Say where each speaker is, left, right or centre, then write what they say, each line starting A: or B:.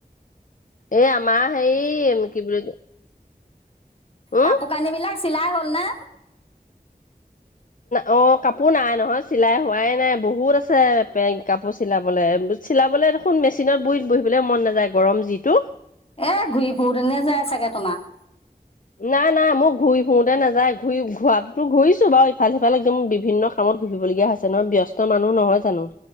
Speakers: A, on the left; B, on the left.
A: এই আমাৰ হেৰি কি বুলি উম
B: কাপোৰ কানি বিলাক চিলাই হ'ল নে?
A: অঁ! কাপোৰ নাই নহয় চিলাই হোৱাই নাই বহু বহুত আছে কাপোৰ চিলাবলে। চিলাবলে দেখোন মেচিনত বহি বহিবলে মন নাযায় গৰম যিটো।
B: এ ঘূৰি ফুৰো তেনে যায় চাগে তোমাৰ?
A: নাই-নাই, মোৰ ঘূৰি ফুৰোতে নাযায়, ঘূৰি ঘূৰাতো ঘূৰিছো বাৰু ইফাল সিফালে একদম বিভিন্ন কামত ঘুৰি ফুৰিবলগীয়া হৈছে নহয় ব্যস্ত মানুহ নহয় জানো।